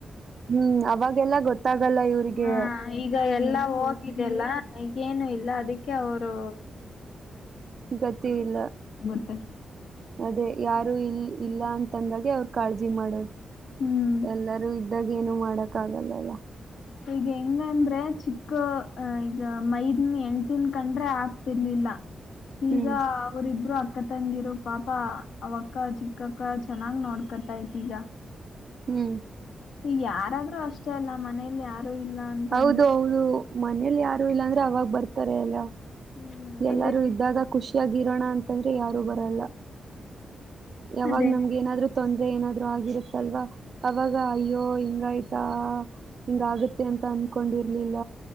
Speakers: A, on the right; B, on the left.
A: ಹ್ಮ್ ಅವಾಗೆಲ್ಲ ಗೊತ್ತಾಗಲ್ಲ ಇವ್ರಿಗೆ
B: ಹಾ ಈಗ ಎಲ್ಲಾ ಹೋಗಿದೆಲ್ಲ ಏನು ಇಲ್ಲ ಅದಕ್ಕೆ ಅವ್ರು
A: ಗತಿ ಇಲ್ಲ
B: ಮತ್ತೆ
A: ಅದೇ ಯಾರು ಇಲ್ ಇಲ್ಲ ಅಂತಂದಾಗೆ ಅವ್ರ ಕಾಳಜಿ ಮಾಡೋದು
B: ಹ್ಮ್
A: ಎಲ್ಲರೂ ಇದ್ದಾಗ ಏನು ಮಾಡಕ್ ಆಗಲ್ಲಲ್ಲ
B: ಈಗ ಹೆಂಗ ಅಂದ್ರೆ ಚಿ ಕ್ಕ ಈಗ ಮೈದನ್ ಹೆಂಡ್ತೀನ್ ಕಂಡ್ರೆ ಆಗ್ತಿರ್ಲಿಲ್ಲ ಈಗ
A: ಹ್ಮ್
B: ಅವರಿಬ್ರು ಅ ಅಕ್ಕ ತಂಗಿರು ಪಾಪ ಆವಕ್ಕ ಚಿಕ್ಕಕ್ಕ ಚೆನ್ನಾಗ್ ನೋಡ್ಕತೈತಿಗ
A: ಹ್ಮ್
B: ಈಗ ಯಾರಾದ್ರೂ ಅಷ್ಟೇ ಅಲ್ಲ ಮನೇಲಿ ಯಾರು ಇಲ್ಲ ಅಂತ
A: ಹೌದು
B: ಅಂದ್ರೆ
A: ಹೌದು ಮನೇಲಿ ಯಾರು ಇಲ್ಲ ಅಂದ್ರೆ ಅವಾಗ ಬರ್ತಾರೆ ಎಲ್ಲ
B: ಹ್ಮ್
A: ಎಲ್ಲಾರೂ
B: ಎಲ್ಲಿ
A: ಇದ್ದಾಗ ಖುಷಿಯಾಗಿ ಇರೋಣ ಅಂ ಂತಂದ್ರೆ ಯಾರು ಬರಲ್ಲ ಯಾವಾಗ
B: ಅದೇ
A: ನಮ್ಗೆ
B: ಹ್ಮ್
A: ಏನಾದ್ರು ತೊಂದ್ರರೆ ಏನಾದ್ರು ಆಗಿರುತ್ತ ಅಲ್ವಾ ಅವಾಗ ಅಯ್ಯೋ ಇ ಹಂಗ ಆಯ್ತಾ ಹಿಂಗ ಆಗತ್ತೆ ಅಂತ ಅನ್ಕೊಂಡಿರ್ಲಿಲ್ಲ